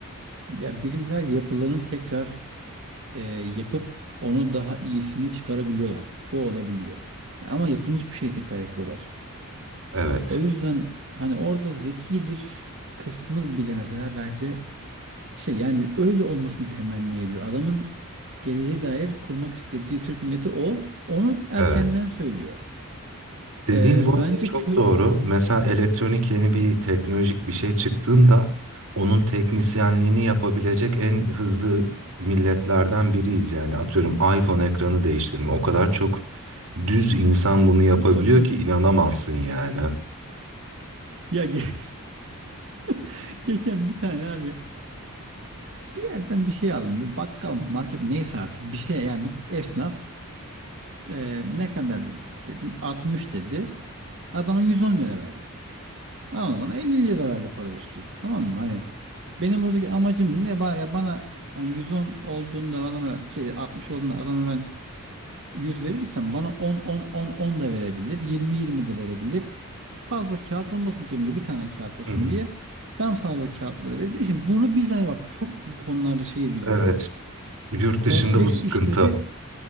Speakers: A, on the right; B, on the right.
A: Ya bilimler yapılarını tekrar e, yapıp onu daha iyisini çıkarabiliyorlar. Bu olabiliyor. Ya ama yapılmış bir şeyi tekrar yapıyorlar.
B: Evet.
A: O yüzden hani orada zekidir kısmı bile mesela bence Şey yani öyle olmasını temenni ediyor. Adamın geleceğe dair kurmak istediği Türk milleti o. Onu erkenden
B: Evet.
A: söylüyor.
B: Dediğin
A: Ee,
B: bu
A: bence
B: arada çok
A: kö...
B: doğru. Mesela elektronik yeni bir teknolojik bir şey çıktığında onun teknisyenliğini yapabilecek en hızlı milletlerden biriyiz. Yani atıyorum iPhone ekranı değiştirme. O kadar çok düz insan bunu yapabiliyor
A: Tabii tabii tabii.
B: ki
A: <laughs>
B: inanamazsın yani.
A: Ya ge- <laughs> geçen bir tane abi bir yerden bir şey aldım. Bir bakkal mı, market neyse artık bir şey yani bir esnaf ee, ne kadar dedim 60 dedi. Adama 110 lira verdim. Adam bana 50 lira verdi para üstü. Tamam mı? Hani benim buradaki amacım ne? Ba- Ya bana hani 110 olduğunda adama şey 60 olduğunda adama ben Yüz verirsen bana 10 10 10 10 da verebilir. 20 20 de verebilir. Fazla kağıt olmasın cebimde bir tane kağıt olsun
B: Hı hı.
A: diye. Ben fazla kağıtlara verebilirim. Şimdi bunu biz hani bak çok bu konularda şeyiz biz
B: Evet,
A: böyle.
B: yurt
A: Kompleks
B: dışında bu sıkıntı.
A: işleri